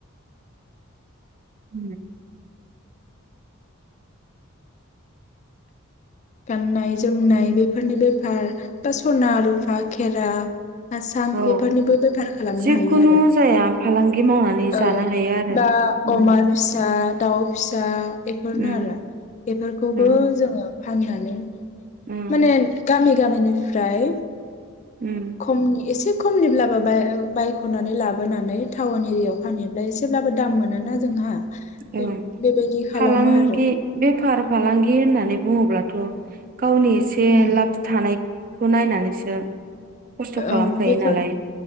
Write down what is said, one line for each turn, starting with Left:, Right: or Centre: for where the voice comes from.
Right: उम
Left: गाननाय जोमनाय बेफोरनि बेफार बा सना रुफा खेरा आसान
Right: औ
Left: बेफोरनिबो बेफार खालामनो
Right: जिखुनु
Left: हायो आरो
Right: जाया फालांगि मावनानै जानो
Left: ओ
Right: हायो आरो
Left: बा
Right: उम
Left: अमा फिसा दाउ फिसा बेफोरनो
Right: उम
Left: आरो बेफोरखौबो
Right: औ
Left: जोङो फाननानै
Right: उम
Left: माने गामि गामिनिफ्राय
Right: उम
Left: खमनि एसे खमनिब्लाबो बाय बायख'नानै लाबोनानै टाउन एरियायाव फानहैब्ला एसेब्लाबो दाम मोनोना जोंहा बे
Right: औ
Left: बेबायदि खालामो
Right: फालांगि
Left: आरो
Right: बेफार फालांगि होननानै बुङोब्ला' थ' गावनि एसे
Left: उम
Right: लाब थानाय खौ नायनानैसो खस्थ' खालामखायो
Left: औ बेफोर
Right: नालाय